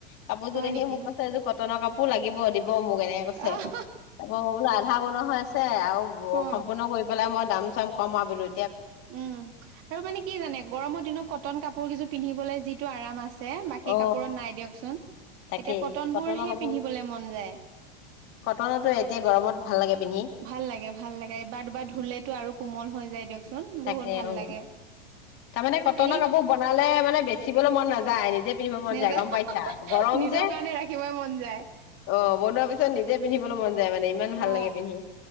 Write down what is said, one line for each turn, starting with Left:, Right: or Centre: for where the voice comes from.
Left: কাপোৰযোৰ
Right: হয়
Left: দেখি
Right: নেকি
Left: মোক কৈছে এইযোৰ কটনৰ কাপোৰ লাগিব দিব মোক এনেকে কৈছে
Right: আহ
Left: তপ মই বোলো আধা বনোৱা হৈ আছে আৰু
Right: অ
Left: সম্পূৰ্ণ কৰি পেলাই মই দাম াম কমাবলৈ
Right: উম আৰু মানে কি জানে গৰমৰ দিনত ক নট কাপোৰ কযোৰ পিন্ধিবলৈ যিটো আৰাম আছে বাকী
Left: অ
Right: কাপোৰত নাই দিয়কচোন
Left: তাকেই
Right: এতিয়া কটন
Left: কটনৰ
Right: বোৰহে
Left: কাপোৰ
Right: পিন্ধিবলৈ মন যায়
Left: কটনো এতিয়া গৰমত ভাল লাগে পিন্ধি
Right: ভাল লাগে ভাল লাগে এবাৰ দুবাৰ ধুলেতো আৰু কোমল হৈ যায় দিয়কচোন চোন
Left: তাকে
Right: বহুত ভাল
Left: অ
Right: লাগে
Left: তাৰমানে কটনৰ
Right: এনেই
Left: কাপোৰ বনালে মানে বেচিবলৈ মন নাযায় যায় নিকি পিন্ধিব মন
Right: নেযায়
Left: যায় গম পাইছা গৰম
Right: নিজৰ
Left: যে অ
Right: কাৰণে ৰাখিবই মন যায়
Left: বনোৱাৰ পিছত নিজে পিন্ধিব মন যায় মানে ইমান ভাল
Right: অ
Left: লাগে পিন্ধি